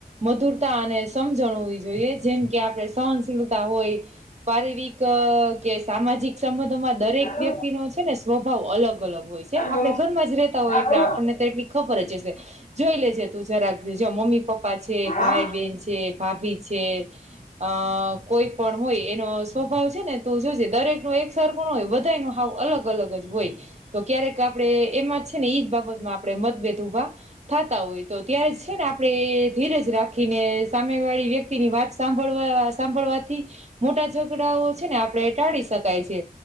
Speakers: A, on the right; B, on the left.
A: મધુરતા અને સમજણ હોવી જોઈએ જેમ કે આપડે સહનશીલતા હોય. પારરિવક કે સામાજિક સંબંધોમાં દરેક
B: હલો
A: વ્યક્તિ નો છે ને સ્વભાવ અલગ અલગ હોય છે.
B: હલો
A: કે આપડે ઘરમાં જ રેહતા હોય
B: હા
A: એટલે
B: બોલો
A: આપણને તો એટલી ખબર જ હશે. જોઈ લેજે તું જરાક જો મમ્મી પપ્પા છે,
B: હા
A: ભાઈ બેહેન છે, ભાભી છે. છે અ કોઈ પણ હોય એનો સ્વભાવ છે ને દરેક નુ એક સરખું નો હોય બધા નુ હાવ અલગ અલગ જ હોય, તો ક્યારેક આપડે એમાં છે ને એજ બાબતમાં આપડે મતભેદ ઉભા થાતા હોય તો ત્યારે છે ને આપડે ધીરજ રાખીને સામે વાળી વ્યક તીની વાત સાંભળવા સાંભળવાથી મોટા ઝઘડાઓ છે ને આપડે ટાળી શકાય છે.